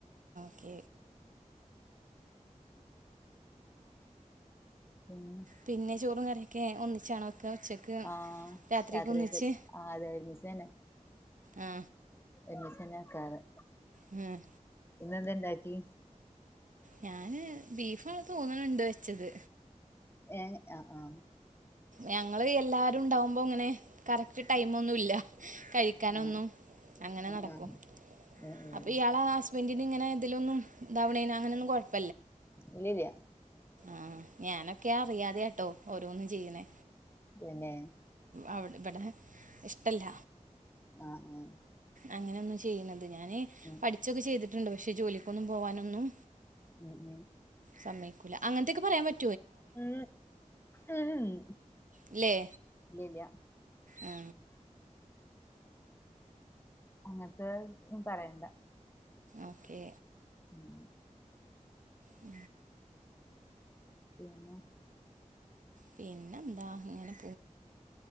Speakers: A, on the right (about 80°); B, on the left (about 20°).
A: ക്ക
B: പിന്നെ
A: പിന്നെ ചോറും കറിയൊക്കെ ഒന്നിച്ചാണോ ഒക്കെ ഉച്ചക്ക്
B: ആഹ
A: രാത്രിക്ക്
B: രാത്രിയൊക്കെ
A: ഒന്നിച്ച്
B: ആ അതെ മിസ തന്നെ
A: ആ
B: എമിസന ആക്കാറ്
A: ഉം
B: ഇന്നെന്തെണ്ടാക്കി
A: ഞാന് ബീഫ ആണ തോന്നണുണ്ട് വെച്ചത്
B: ഏ ആഹ ആഹ്
A: ഞങ്ങള് എല്ലാരും ഉണ്ടാവുമ്പോ ഇങ്ങനെ കറക്റ്റ് ടൈമ ഒന്നും ഇല്ല കഴിക്കാനൊന്നും
B: ആഹ്
A: അങ്ങനെ
B: ആഹ്
A: നടക്കും
B: ആഹ് ഉം ഉം
A: അപ്പൊ ഇയാളെ ആ ഹസ്ബൻറിന് ഇങ്ങനെന്തെലൊന്നും തവണേന അങ്ങനെയൊന്നും കൊഴപ്പ
B: ഇല്ലല്ല
A: ആഹ ഞാനൊക്കെ അറിയാതെ കേട്ടോ ഓരോന്നും ചെയ്യുന്നേ
B: ഇതന്നെ
A: അവിടെ ഇവിടെ ഇഷ്ടല്ല
B: ആഹ് ആഹ്
A: അങ്ങനെയൊന്നും ചെയ്യണുന്നത് ഞാന്
B: ഉം
A: പഠിച്ചൊക്കെ ചെയ്തിട്ടുണ്ട് പക്ഷെ ജോലിക്കൊന്നും പോവാനൊന്നും
B: ഉം
A: സമയക്കൂില്ല അങ്ങനത്തൊക്കെ പറയാൻ പറ്റ
B: ഉ ഉ ഇല്ലല്ല
A: ഇല്ലേ ആ
B: അങ്ങനത്തെ പറയണ്ട
A: ഓക്കേ
B: ഉം
A: ഉ
B: പിന്നെ
A: പിന്നെ എന്താ അങ്ങനെ